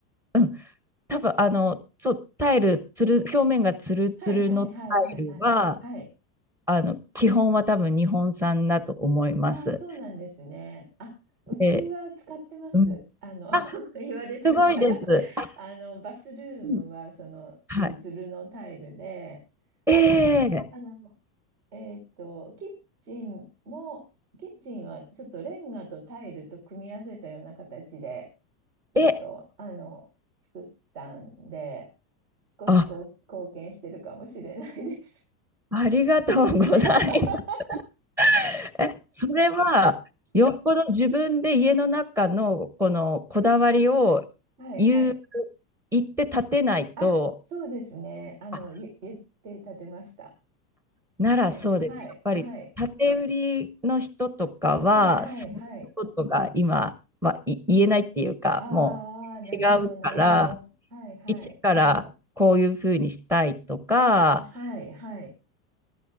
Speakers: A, in the centre; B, on the right.
A: うん。多分、あの、そう、タイル、つる、表面がツルツルのタイルは、
B: はい、はい、はい、はい、はい。はい。
A: あの、基本は多分日本産だと思います。
B: ああ、そうなんですね。あ、うちは使ってます。
A: で、うん。
B: あの、
A: あ、
B: <laughs> 言われてみたら、
A: すごいです。
B: <laughs>
A: あ
B: あの、バスルームは、
A: うん
B: その、
A: はい。
B: ツルツルのタイルで、
A: え
B: あと、きあの、えっと、キッチンも、キッチンはちょっとレンガとタイルと組み合わせたような形で、ちょっと、
A: ええ、
B: あの、作ったんで、少しこう貢献してるかもしれないです。
A: あ、ありがとうございま
B: <laughs>
A: す。え、それは、よっぽど自分で家の中のこのこだわりを
B: はいはい。
A: 言う、言って立てないと、
B: あ、そうですね。あの、
A: あ、
B: ゆ言って立てました。
A: ならそうです。
B: はい、はい、
A: やっぱり、
B: はい、
A: 建て売りの人とかは、
B: はい、はい、
A: そういうことが今はい言えないっていうか、
B: はい。ああ、
A: もう違うから、
B: なるほど、なるほど。はい、はい、
A: 一からこういうふうにしたいとか、
B: はい、はい。